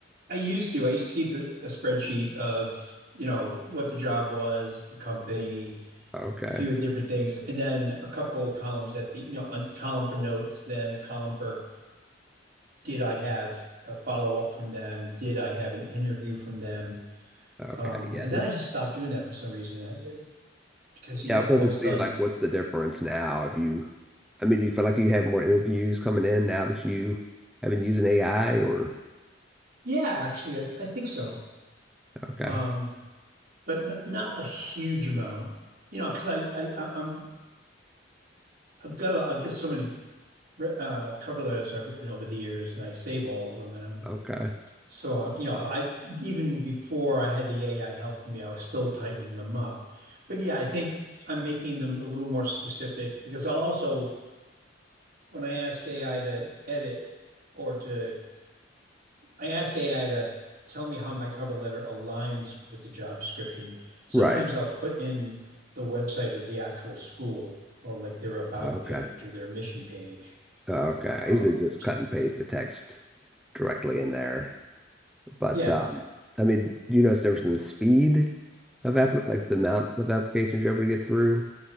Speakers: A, on the right (about 55°); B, in the centre.
A: I used to. I used to keep a, a spreadsheet of, you know, what the job was, the company
B: Okay.
A: a few different things, and then a couple columns at the, you know, a column for notes, then a column for did I have a follow-up from them? Did I have an interview from them?
B: Okay,
A: Um,
B: yeah,
A: and then
B: that's
A: I just stopped doing that for some reason. I just, because,
B: yeah.
A: you know,
B: I would
A: all
B: love to
A: of a
B: see
A: sudden,
B: like what's the difference now. If you, I mean, do you feel like you have more interviews coming in now that you have been using AI or
A: yeah, actually, I, th I think so.
B: okay,
A: Um, but n not a huge amount, you know, because I, I, I- I'm, I've got, a, I've got so many uh, cover letters I've written over the years, and I save all of them, and I'm
B: okay,
A: So, uh, you know, I even before I had the AI helping me, I was still tightening them up. But yeah, I think I'm making them a little more specific because I'll also, when I ask AI to edit or to, I ask AI to tell me how my cover letter aligns with the job description. Sometimes
B: right,
A: I'll put in the website of the actual school or like their about
B: okay,
A: page or their mission page.
B: okay.
A: Um,
B: I usually just cut and paste the text directly in there, but
A: yeah,
B: um, I mean, do you notice the difference in the speed of app like the amount of applications you're able to get through